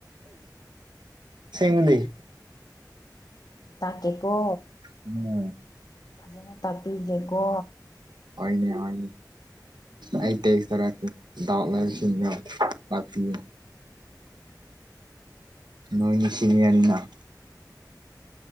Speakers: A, on the right; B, on the left.
A: ꯁꯤꯃꯤꯗꯤ ꯂꯩ
B: ꯇꯥꯛꯀꯦꯀꯣ
A: ꯎꯝ
B: ꯐꯖꯅ ꯇꯥꯛꯄꯤꯒꯦꯀꯣ
A: ꯑꯣꯏꯅꯦꯅꯦ ꯑꯩ ꯇꯦꯛ ꯆꯔꯛꯀꯦ ꯗꯥꯎ ꯂꯕꯁꯤꯡꯒ ꯂꯥꯛꯄꯤ ꯅꯣꯏ ꯃꯤ <unintelligible>